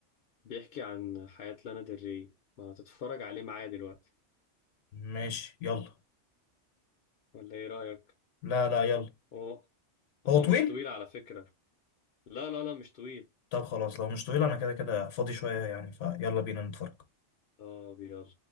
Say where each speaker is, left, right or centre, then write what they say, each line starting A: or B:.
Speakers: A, on the left (about 60°); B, on the left (about 80°).
A: بيحكي عن حياة لانا ديل ري ما هتتفرج عليه معايا دلوقتي
B: ماشي يلا
A: ولا ايه رأيك
B: لا لا يلا
A: هو
B: هو
A: هو
B: طويل
A: مش طويل على فكرة لا لا لا مش طويل
B: طب خلاص لو مش طويل انا كده كده فاضي شويه يعني فيلا بينا نتفرج
A: اه ابيض